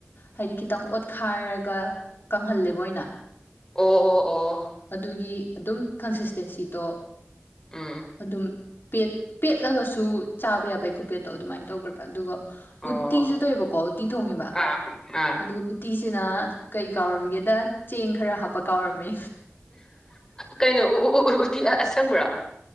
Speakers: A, on the left; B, on the left.
A: ꯍꯥꯏꯗꯤ ꯈꯤꯇꯪ ꯑꯣꯠꯈꯥꯏꯔꯒ ꯀꯪꯍꯜꯂꯦꯕ ꯑꯣꯏꯅ
B: ꯑꯣ ꯑꯣ ꯑꯣ
A: ꯑꯗꯨꯒꯤ ꯑꯗꯨꯝ ꯀꯟꯁꯤꯁꯇꯦꯟꯁꯤꯗꯣ
B: ꯎꯝ
A: ꯑꯗꯨꯝ ꯄꯦꯠ ꯄꯦꯠꯂꯒꯁꯨ ꯆꯥꯕ ꯌꯥꯕꯩ ꯈꯨꯨꯄꯦꯠꯇꯣ ꯑꯗꯨꯃꯥꯏꯅ ꯇꯧꯈ꯭ꯔꯦꯕ ꯑꯗꯨꯒ
B: ꯑꯣ
A: ꯎꯇꯤꯁꯨ ꯇꯧꯋꯕꯀꯣ ꯎꯇꯤ ꯊꯣꯡꯉꯦꯕ
B: ꯑꯥ ꯑꯥ
A: ꯑꯗꯨ ꯎꯇꯤ ꯁꯤꯅ ꯀꯩ ꯀꯥꯎꯔꯝꯒꯦꯗ ꯆꯦꯡ ꯈꯔ ꯍꯥꯞꯄ ꯀꯥꯎꯔꯝꯃꯤ
B: ꯀꯩꯅꯣ ꯎ ꯎ ꯎ ꯎꯇꯤ ꯑꯁꯪꯕ꯭ꯔꯥ